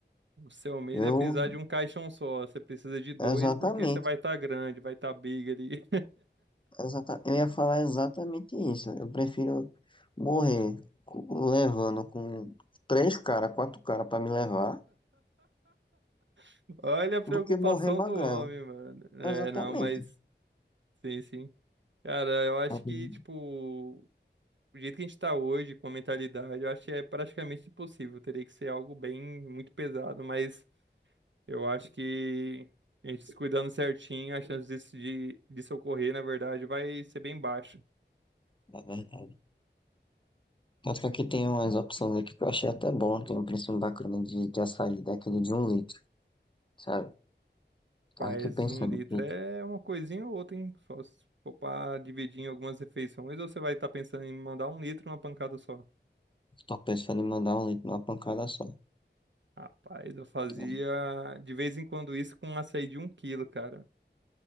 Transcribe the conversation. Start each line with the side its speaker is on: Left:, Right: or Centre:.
Right: O seu medo
Left: Eu,
Right: é precisar de um caixão só. Você precisa de dois
Left: exatamente,
Right: porque você vai estar grande, vai estar big ali.
Left: exata, eu ia falar exatamente isso. Eu prefiro morrer co- levando com três caras, quatro caras pra me levar,
Right: <laughs> Olha a preocupação
Left: do que morrer magrelo.
Right: do homem, mano. É,
Left: Exatamente.
Right: não, mas sim, sim. Cara, eu acho
Left: É
Right: que, tipo, o jeito que a gente tá hoje, com a mentalidade, eu acho que é praticamente impossível. Teria que ser algo bem, muito pesado, mas. Eu acho que a gente se cuidando certinho, a chance disso, de, disso ocorrer, na verdade, vai ser bem baixa.
Left: verdade. Tanto que aqui tem umas opções aqui que eu achei até bom. Tem um preço bacana de, de açaí, daquele de um litro, sabe? Tava
Right: Mas
Left: aqui pensando.
Right: um litro
Left: que
Right: é uma coisinha ou outra, hein? Só se for pra dividir em algumas refeições, ou você vai estar pensando em mandar um litro numa pancada só?
Left: Tô pensando em mandar um link numa pancada só.
Right: Rapaz, eu fazia
Left: Então,
Right: de vez em quando isso com um açaí de um quilo, cara.